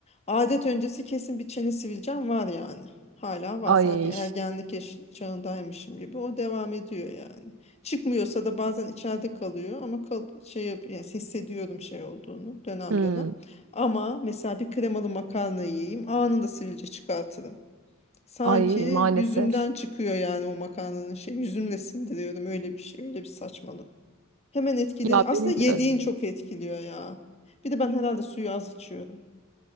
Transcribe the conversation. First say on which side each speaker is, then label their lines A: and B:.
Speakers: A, on the left (about 30°); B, on the right (about 70°).
A: adet öncesi kesin bir çene sivilcem var yani. Hala var.
B: Ay,
A: Sanki ergenlik yaş- çağındaymışım gibi. O devam ediyor yani. Çıkmıyorsa da bazen içeride kalıyor ama kal şey yap yani hissediyorum şey olduğunu dönem
B: hmm,
A: dönem. Ama mesela bir kremalı makarna yiyeyim anında sivilce çıkartırım. Sanki
B: ay maalesef.
A: yüzümden çıkıyor yani o makarnanın şey yüzümle sindiriyorum öyle bir şey öyle bir saçmalık. Hemen etkili.
B: Ya
A: Aslında
B: benim de
A: yediğin
B: öyle.
A: çok etkiliyor ya. Bir de ben herhalde suyu az içiyorum.